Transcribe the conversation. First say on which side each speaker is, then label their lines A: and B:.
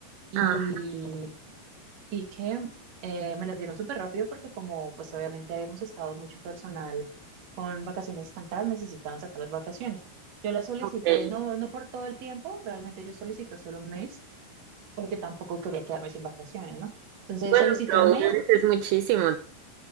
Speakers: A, on the right; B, on the right.
A: y
B: Ah,
A: y que eh, me las dieron súper rápido porque como pues obviamente habíamos estado mucho personal con vacaciones estancadas, necesitaban sacar las vacaciones. Yo las solicité,
B: ok.
A: no, no por todo el tiempo, realmente yo solicito solo un mes porque tampoco quería quedarme sin vacaciones, ¿no? Entonces
B: Bueno,
A: solicité
B: pero
A: un
B: un
A: mes
B: mes es muchísimo.